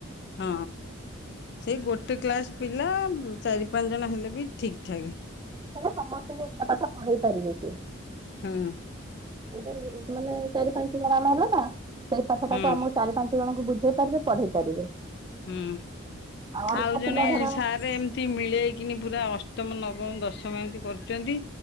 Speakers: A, on the left; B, on the right.
A: ହଁ ସେଇ ଗୋଟେ ଗୋଟେ ଗ୍ଲାସ ପିଲା ଚାରି ପାଞ୍ଚ ଜଣ ହେଲେ ବି ଠିକ୍ ଠାକ।
B: କଇଲା ସମସ୍ତଙ୍କ ର ଏକା ପାଠ। ପଢେଇ ପାରିବେ ସିଏ।
A: ହୁଁ
B: ହେଇପାରେ ଯେ ସେମାନେ। ଚାରି ପାଞ୍ଚ ଜଣ ଆମେ ହେଲୁ ନା। ସେଇ କଥା
A: ହୁଁ
B: ଟାକୁ ଆମକୁ ଚାରି ପାଞ୍ଚ ଜଣଙ୍କୁ ବୁଝ ହେଇପାରିବେ ପଢେଇ ପାରିବେ।
A: ହୁଁ
B: ଅଲଗା
A: ଆଉ ଜଣେ
B: ପିଲା ଧର
A: ସାର୍ ଏମତି ମିଳେଇକିନି ପୁରା ଅସ ସପ୍ତମ ନବମ ଦଶମ ଏମିତି କରୁଛନ୍ତି।